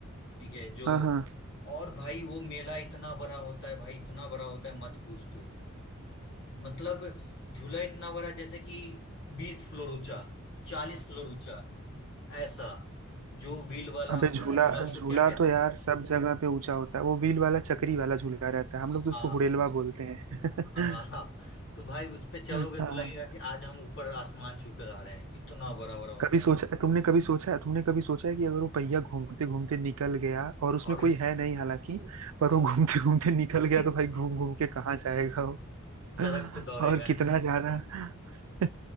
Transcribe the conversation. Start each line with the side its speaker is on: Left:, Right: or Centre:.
Left: ठीक है जो
Right: हाँ हाँ।
Left: और भाई वो मेला इतना बड़ा होता है भाई इतना बड़ा होता है मत पूछ तू मतलब झूला इतना बड़ा जैसे कि बीस फ्लोर ऊंचा चालीस फ्लोर ऊंचा ऐसा जो व्हील वाला
Right: अबे
Left: होता
Right: झूला
Left: है ना झूला उसको
Right: झूला
Left: क्या कहते
Right: तो यार
Left: हैं
Right: सब जगह पे ऊंचा होता है वो व्हील वाला चक्री वाला झूला रहता है हम
Left: हाँ
Right: लोग तो उसको हुडेलवा बोलते हैं
Left: हाँ हाँ तो भाई उस पे चढ़ोगे
Right: <laughs> हाँ
Left: तो लगेगा कि आज हम ऊपर आसमान छू कर आ रहे हैं इतना बड़ा बड़ा होता
Right: कभी सोचा
Left: है
Right: तुमने कभी सोचा तुमने कभी सोचा है कि अगर वो पहिया घूमते घूमते निकल गया और उसमें
Left: और
Right: कोई है नहीं हालांकि पर
Left: हाँ
Right: वो घूमते घूमते निकल गया
Left: <laughs>
Right: तो भाई घूम घूम के कहाँ जाएगा वो
Left: सड़क
Right: और
Left: पे दौड़ेगा है
Right: कितना ज्यादा <laughs>